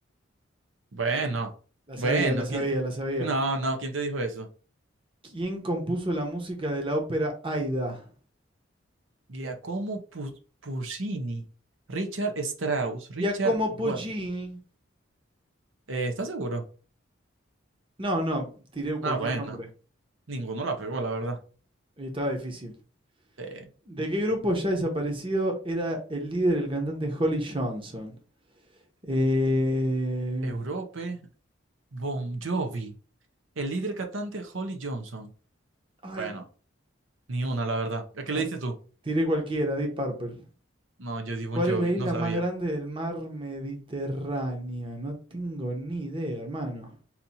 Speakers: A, on the right; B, on the right.
A: Bueno,
B: La
A: bueno,
B: sabía, la sabía,
A: ¿quién-
B: la sabía.
A: No, no, ¿quién te dijo eso?
B: ¿Quién compuso la música de la ópera Aida?
A: Giacomo Pu- Puccini, Richard Strauss, Richard
B: Giacomo Puccini.
A: Wagner. Eh, ¿estás seguro?
B: No, no, tiré cualquier
A: Ah, bueno,
B: nombre.
A: ninguno la pegó, la verdad.
B: Estaba difícil.
A: Eh,
B: ¿De qué grupo ya desaparecido era el líder, el cantante Holly Johnson? Eh...
A: Europe, Bon Jovi, el líder cantante Holly Johnson.
B: Ay,
A: Bueno, ni una, la verdad. ¿A qué
B: no,
A: le diste
B: t-
A: tú?
B: tiré cualquiera, Deep Purple.
A: No, yo di Bon
B: ¿Cuál
A: Jovi,
B: es la isla
A: no sabía.
B: más grande del mar Mediterráneo? No tengo ni idea, hermano.